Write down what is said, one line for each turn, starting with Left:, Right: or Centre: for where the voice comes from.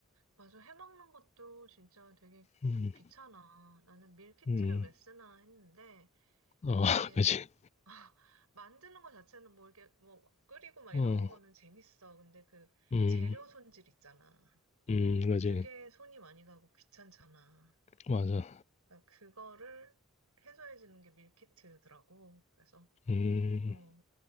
Right: 맞아. 해 먹는 것도 진짜 되게
Left: 음.
Right: 귀찮아. 나는 밀키트를
Left: 음.
Right: 왜 쓰나 했는데 이게
Left: 어 <laughs> 그치.
Right: 아, 만드는 거 자체는 뭐 이게 뭐 끓이고 막 이러는
Left: 어.
Right: 거는 재밌어. 근데 그
Left: 음.
Right: 재료 손질 있잖아.
Left: 음 그지.
Right: 그게 손이 많이 가고 귀찮잖아.
Left: 맞아.
Right: 그러니까 그거를 해소해 주는 게 밀키트더라고. 그래서
Left: 음.
Right: 어,